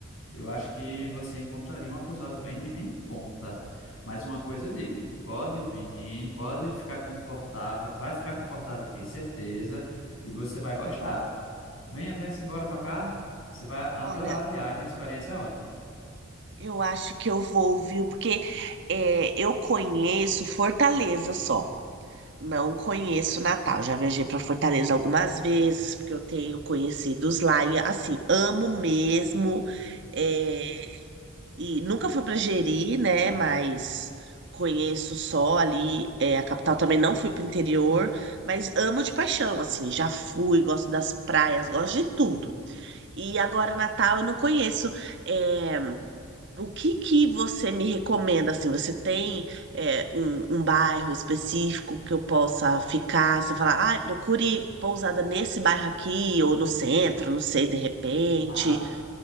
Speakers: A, on the left (about 70°); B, on the right (about 55°).
A: Eu acho que você encontraria uma pousada bem em conta. Mas uma coisa eu digo, pode vir, pode ficar confortável, vai ficar confortável aqui, certeza, e você vai gostar. Venha, venha-se embora para cá, você vai adorar
B: olha,
A: a viagem, a experiência é ótima.
B: eu acho que eu vou ouvir, porque é, eu conheço Fortaleza só. Não conheço Natal. Já viajei para Fortaleza algumas vezes, porque eu tenho conhecidos lá e assim, amo mesmo. é, e nunca fui para Jeri, né? Mas conheço só ali, é, a capital também não fui para o interior, mas amo de paixão, assim, já fui, gosto das praias, gosto de tudo. E agora Natal eu não conheço. é, O que que você me recomenda, assim, você tem é, um, um bairro específico que eu possa ficar? Você fala, ah, procure pousada nesse bairro aqui, ou no centro, não sei, de repente.
A: Ah,